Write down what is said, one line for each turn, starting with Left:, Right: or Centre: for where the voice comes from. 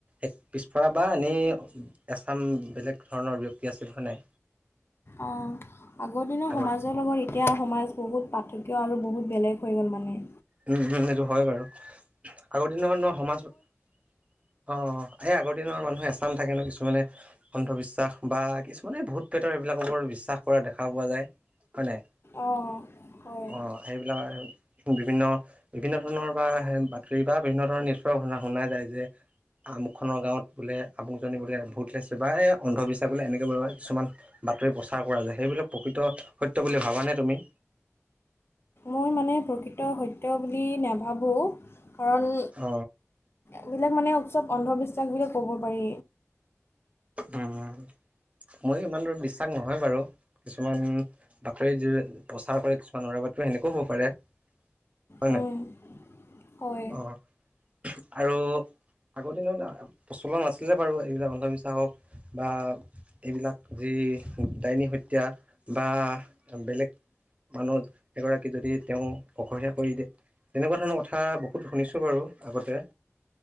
Right: এক পিছপৰা বা এনেই এছাম বেলেগ ধৰণৰ ব্যক্তি আছিল হয়নে?
Left: অ' আগৰ দিনৰ
Right: আগত
Left: সমাজ। মাজৰ লগত এতিয়া সমাজ বহুত পাৰ্থক্য আৰু বহুত বেলেগ হৈ গ'ল মানে।
Right: উম, ' উম', সেইটো হয় বাৰু, আগৰ দিনৰ মানুহ সমাজ অ' এই আগৰ দিনৰ মানুহে এচাম থাকে ন' কিছুমানে। অন্ধবিশ্বাস বা কিছুমানে ভূত পেটৰ সেইবিলাকৰ বিশ্বাস কৰা দেখা পোৱা যায়, হয় নাই?
Left: অ', হয়',।
Right: অ সেইবিলাক আৰু বিভিন্ন বিভিন্ন ধৰণৰ বা বাতৰি বা বিভিন্ন ধৰণৰ নিষ্প শুনাই যায় যে। আমুকখনৰ গাঁৱত বোলে আমুকজনী বোলে ভূত ওলাইছে বা এই অন্ধবিশ্বাস বোলে এনেকৈ বাৰু কিছুমান। বাতৰি প্ৰচাৰ কৰা যায় সেইবিলাক প্ৰকৃত সত্য বুলি ভাবানে তুমি?
Left: মই মানে প্ৰকৃত সত্য বুলি নাভাবোঁ কাৰণ
Right: অ
Left: এইবিলাক মানে উৎসৱ অন্ধবিশ্বাস বুলি ক'ব পাৰি।
Right: উম', ময়ো ইমান দূৰ বিশ্বাস নহয় বাৰু। কিছুমান বাতৰি জ' প্ৰচাৰ কৰে কিছুমান ও'ৰা বাত সেনেকোৱাও হ'ব পাৰে। হয়
Left: পাৰি
Right: নে নহয়?
Left: হয়
Right: অ',। আৰু আগৰ দিনত প্ৰচলন আছিলে বাৰু, এইবিলাক অন্ধবিশ্ব থাকক বা এইবিলাক যি ডাইনী হত্যা বা বেলেগ মানুহ এগৰাকী যদি তেওঁ অকলহীয়া কৰি দিয়ে। তেনেকুৱা ধৰণৰ কথা বহুত শুনিছোঁ বাৰু আগতে।